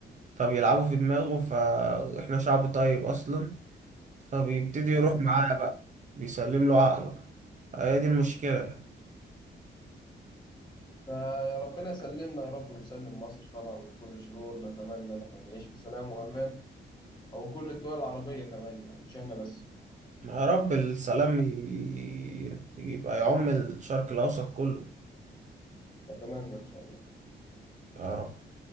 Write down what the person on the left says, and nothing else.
اه
طبعا
فربنا يسلمنا يا رب ويسلم مصر طبعا من كل شرور نتمنى ان احنا نعيش في سلام وامان او كل الدول العربية كمان يعني مش احنا بس
نتمنى ان شاء الله